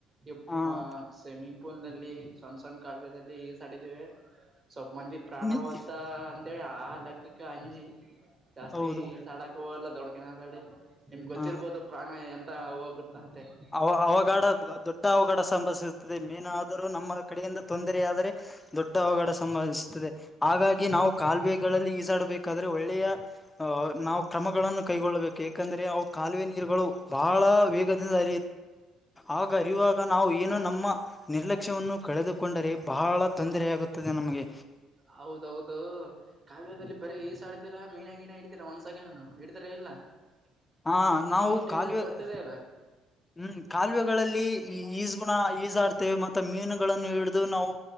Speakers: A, on the right; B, on the left.
A: ಇ.
B: ಹ
A: ಸ್ವಿಮ್ಮಿಂಗ್ ಪೂಲ್ ನಲ್ಲಿ ಸಣ್ಣ ಸಣ್ಣ ಕಾಲ್ವೆಗಳಲ್ಲಿ ಈ ಸಡಿದ್ದೀವೆ. ಸವಪ ಮಂದ ಪ್ರಾಣ
B: ಹ
A: ಹೋತ ಅಂತೆ ಆ ಲೆಕ್ಕಕ್ಕ ಅಂಜಿ. ಜಾಸ್ತಿ
B: ಹೌದು
A: ಈ ಸಡಕ್ ಹೋಗಲ್ಲ ದೊಡ್ಡಕಿನಡಿ ನಿಮ್ಗೆ ಗೊತ್ತಿರ್ಬೋುದು
B: ಹ
A: ಪ್ರಾಣ ಎಂತ ಹೋಗ. ಅೇ <inaudible>
B: ಅವ ಅವಘಡ ದೊಡ್ಡ ಅವಘಡ ಸಂಭವಿಸುತ್ತದೆ. ಎನಾದರೂ ನಮ್ಮ ಕಡೆಯಿಂದ ತೊಂದರೆ ಆದರೆ ದೊಡ್ಡ ಅವಘಡ ಸಂಭವಿಸುತ್ತದೆ. ಹಾಗಾಗಿ ನಾವು ಕಾಲುವೆಗಳಲ್ಲಿ ಈಸಾಡಬೇಕಾದ್ರೆ ಒಳ್ಳೆಯ ನಾವು ಕ್ರಮಗಳನ್ನು ಕೈಗೊಳ್ಳಬೇಕು. ಯಾಕಂದ್ರೆ ಅವು ಕಾಲುವೆ ನೀರುಗಳು ಬಹಳ ವೇಗದಿಂದ ಅ ಆ
A: ಹೌದ್
B: ಅರಿವಾಗ <unintelligible> ಈಗ ನಾವು ಏನು ನಮ್ಮ ನಿರ್ಲಕ್ಷ್ಯವನ್ನು ಕಳೆದುಕೊಂಡರೆ ಬಹಳ ತೊಂದರ ಆಗುತ್ತದೆ ನಮಗೆ.
A: ಹೌದೌದು, ಕಾಲುವೆದಲ್ಲಿ ಬರೀ ಈಸ ಆಡ್ತೀರಾ ಮೀನ ಗೀನ ಇಡತೀರಾ ಒಂದ್ಸಕ ನಾನು ಇಲ್ಲ <unintelligible>
B: ಆ ನಾವು
A: ಮೀನು ಹಿಡಿಯಲು
B: ಕಾಲುವೆ
A: ಬರ್ತದೆ ಇಲ್ಲ
B: ಹ್ಮ್, ಕಾಲುವೆಗಳಲ್ಲಿ ಈಜಗುಣ ಈಜಾಡ್ತೇವೆ. ಮತ್ತೆ ಮೀನುಗಳನ್ನು ಹಿಡಿದು ನಾವು